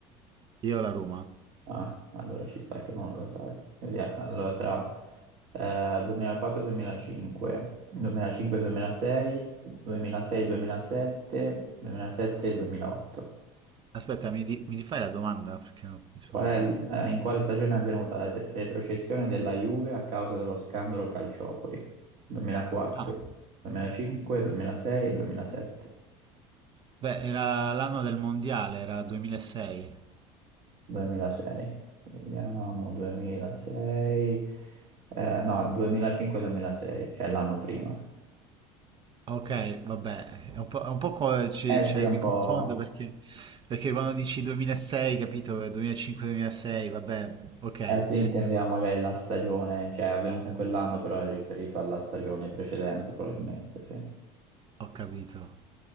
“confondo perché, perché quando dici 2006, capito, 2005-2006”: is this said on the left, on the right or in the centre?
Right